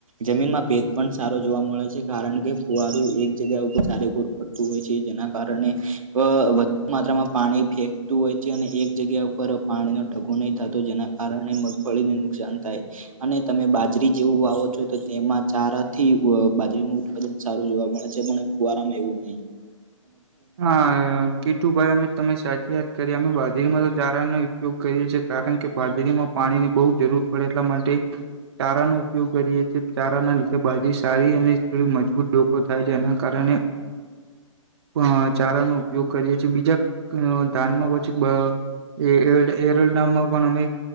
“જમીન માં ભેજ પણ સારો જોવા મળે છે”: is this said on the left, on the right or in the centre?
Right